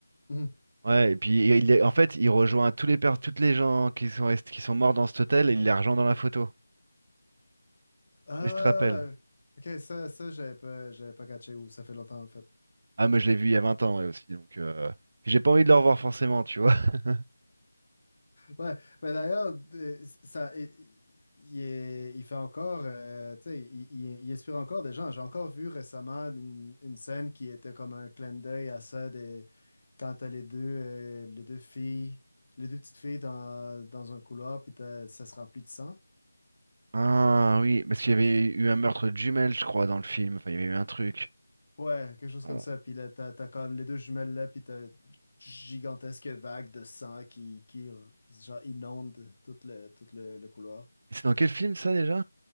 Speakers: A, on the left; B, on the right.
A: Mhm.
B: Ouais, et puis il les- en fait, il rejoint tous les per- toutes les gens qui sont rest- qui sont morts dans cet hôtel et il les rejoint dans la photo.
A: Ah,
B: Et je te rappelle.
A: ok, ça, ça j'avais pas, j'avais pas catché ou ça fait longtemps en fait.
B: Ah, moi, je l'ai vu il y a 20 ans ouais, aussi, donc euh, j'ai pas envie de le revoir forcément, tu vois. <laughs>
A: Ouais, mais d'ailleurs, euh, ça, il, il est- il fait encore, euh, tu sais, il, il- il inspire encore des gens. J'ai encore vu récemment une, une scène qui était comme un clin d'œil à ça des, quand t'as les deux, euh, les deux filles, les deux petites filles dans, dans un couloir, puis t'as- ça se remplit de sang.
B: Ah oui, parce qu'il y avait eu un meurtre de jumelles, je crois, dans le film. Enfin, il y avait eu un truc.
A: Ouais, quelque chose comme
B: Euh,
A: ça. Puis là, t'as, t'as comme les deux jumelles là, puis t'as une gigantesque vague de sang qui, qui r- genre, inonde tout le, tout le, le couloir.
B: C'est dans quel film ça déjà?